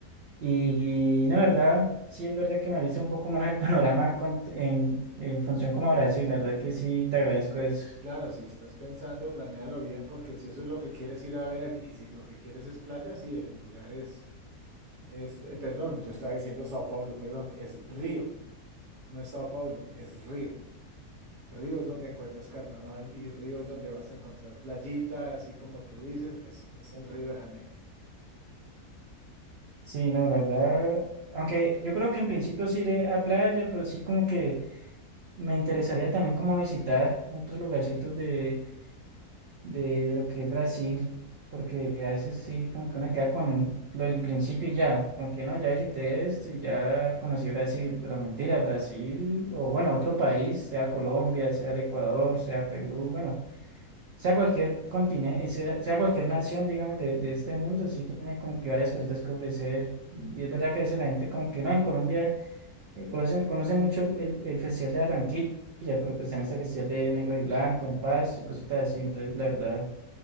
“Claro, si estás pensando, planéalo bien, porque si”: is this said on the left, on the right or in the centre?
Right